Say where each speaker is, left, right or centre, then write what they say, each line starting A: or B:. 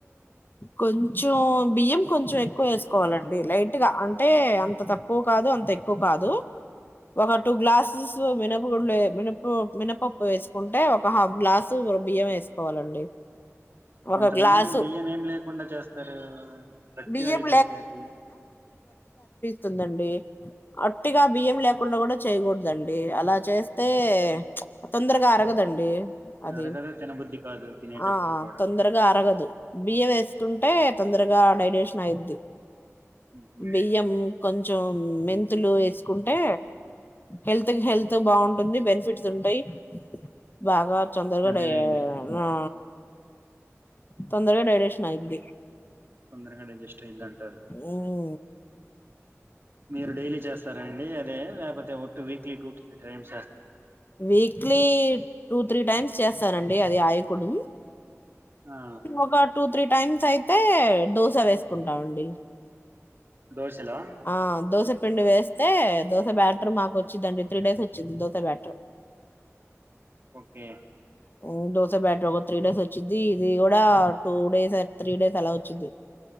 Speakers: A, on the left; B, on the right.
A: కొంచెం బియ్యం కొంచెం ఎక్కువ వేసుకోవాలండి లైట్ గా అంటే అంత తక్కువ కాదు అంత ఎక్కువ కాదు. ఒక టూ గ్లాసెస్ మినపగుళ్ళే మినప మినప్ పప్పు వేసుకుంటే ఒక హాఫ్ గ్లాస్ బియ్యం వేసుకోవాలండి
B: కొంతమంది
A: ఒక గ్లాసు
B: బియ్యం ఏమి లేకుండా చేస్తారు గట్టిగా
A: బియ్యం
B: అయిపోయిద్ది ఆ బియ్యం
A: తుందండి అట్టిగా బియ్యం లేకుండా కూడా చేయ్యకూడదండి అలా చేస్తే తొందరగా అరగదండి అది
B: నరగదు తినబుద్ధి కాదు తినేటప్పుడు
A: ఆ
B: కూడా
A: తొందరగా అరగదు బియ్యం వేసుకుంటే తొందరగా డైడేషన్ అయిద్ది
B: మ్మ్.
A: బియ్యం కొంచం మెంతులు ఏసుకుంటే హెల్త్కి హెల్త్ బాగుంటుంది బెనిఫిట్స్ ఉంటాయి బాగా తొందరగా
B: అదేలేండి
A: డై ఆ తొందరగా డైరేషన్ అయిద్ది
B: తొందరగా డైజెస్ట్ అయిద్ది అంటారు
A: ఓహో
B: మీరు డైలీ చేస్తారా అండి అదే లేపోతే ఓటు weekly two three time
A: weekly two three times చేస్తానండి అది ఆయకుడుం.
B: ఆ
A: ఒక టూ త్రీ టైమ్స్ అయితే దోస వేసుకుంటామండి
B: దోశలా
A: ఆ దోసపిండి వేస్తే దోస బ్యాటర్ మాకు ఒచ్చిదండి త్రీ డేస్ ఒచ్చిద్ది దోస బ్యాటరు
B: ఓకే
A: ఉమ్ దోసె బ్యాటర్కొక త్రీడేస్ ఒచ్చిద్ది ఇది కూడా టూ డేస్ త్రీ డేస్ అలా వచ్చిది